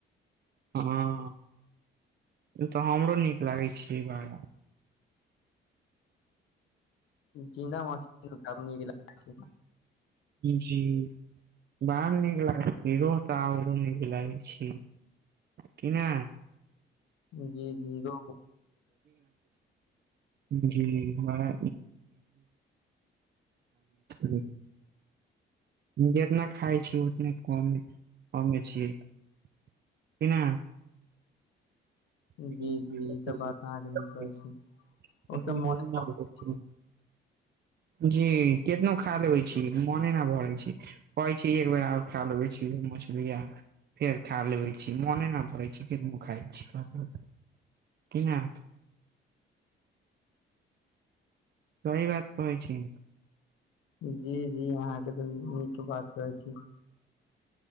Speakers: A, on the right; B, on the left.
A: हँ ई तऽ हमरो नीक लागे छै ई बारा
B: जिन्दा मछली के काफी नीक लागै
A: जी बाहर नीक लागैत रोह तऽ हमरो नीक लागै छी की ना
B: छै जी जी रोहु
A: जी बड़ा <unintelligible> जितना खााय छिय उतने कमे छियै की ना <unintelligible>
B: जी जी ई तऽ बात अहाँके नीक कहै छी ओ सब मोने ना पड़ै छै।
A: जी केतनो खा लेबै छी मोने न भरै छी कहै छी एक बेर आर खा लेबै छी मछली आर फेर खा लेबै छी मने नहि पड़ै छै कनो खाइ छी क नहि सही बात कहै छी
B: जी जी अहाँके तऽ नीक बात कहै छी